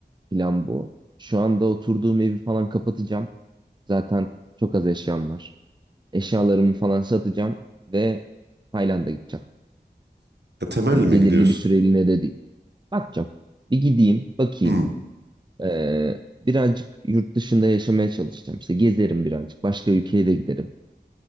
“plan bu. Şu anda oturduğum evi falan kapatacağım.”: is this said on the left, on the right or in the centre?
Right